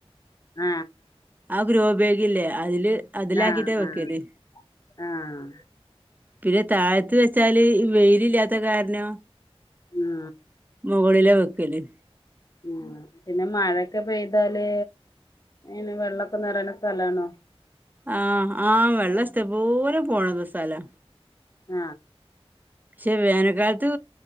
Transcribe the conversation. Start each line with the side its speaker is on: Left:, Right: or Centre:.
Left: ആ
Right: ആ ഗ്രോബേഗില്ലെ അതില് അതിലാക്കിട്ടാ
Left: ആഹ്
Right: വെക്കല്.
Left: ആഹ് ആഹ്
Right: പിന്നെ തായത്ത് വെച്ചാല് വെയിലില്ലാത്ത കാരണം.
Left: ആ..
Right: മുകളിലാ വെക്കല്.
Left: ആ പിന്നെ മയക്കെ പെയ്താല്. എനെ വെള്ളൊക്കെ നെറയണെ സ്ഥലാണോ?
Right: ആ ആ വെള്ള സ്ട്ടം പോലെ പോണര് സ്ഥലാ.
Left: ആ
Right: ഷേ വേനക്കാലത്ത്.